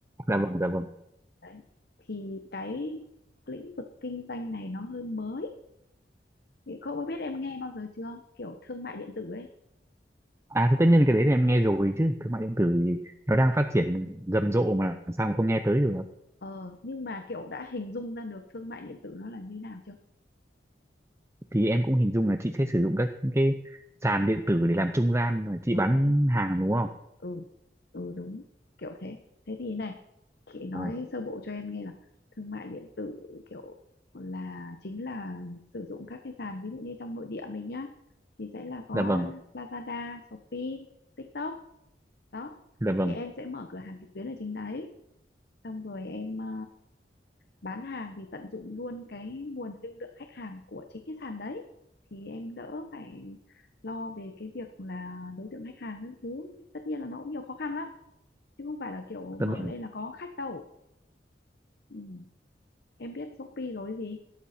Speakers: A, on the right; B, on the left.
A: dạ vâng, dạ vâng.
B: đấy thì cái lĩnh vực kinh doanh này nó hơi mới Thì không có biết em nghe bao giờ chưa kiểu thương mại điện tử ấy
A: À, thì tất nhiên cái đấy thì em nghe rồi chứ thương mại điện tử thì nó đang phát triển rầm rộ mà làm sao mà không nghe tới được
B: ờ nhưng mà kiểu đã hình dung ra được thương mại điện tử nó là như nào chưa
A: thì em cũng hình dung là chị sẽ sử dụng các cái sàn điện tử để làm trung gian và chị
B: ờ
A: bán
B: đấy
A: hàng đúng không?
B: ừ ừ đúng kiểu thế thế thì này chị nói
A: Ồ,
B: sơ bộ cho em nghe là thương mại điện tử kiểu là chính là sử dụng các cái sàn ví dụ như trong nội địa mình nhá thì sẽ là có
A: dạ vâng,
B: Lazada, Shopee, TikTok đó
A: dạ vâng,
B: thì em sẽ mở cửa hàng trực tuyến ở trên đấy xong rồi em ờ, bán hàng thì tận dụng luôn cái nguồn lưu lượng khách hàng của chính cái sàn đấy thì em đỡ phải lo về cái việc là đối tượng khách hàng các thứ tất nhiên là nó cũng nhiều khó khăn lắm chứ không phải là kiểu mở
A: dạ vâng
B: lên là có khách đâu ừ. em biết Shopee rồi gì